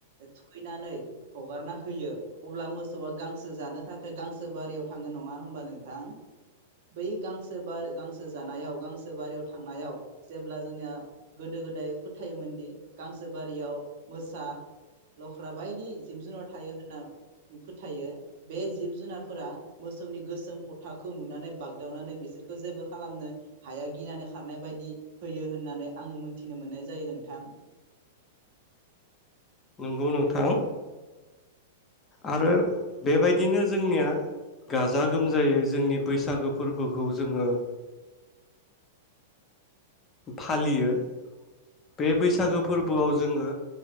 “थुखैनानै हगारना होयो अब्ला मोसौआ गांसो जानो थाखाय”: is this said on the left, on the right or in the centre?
Right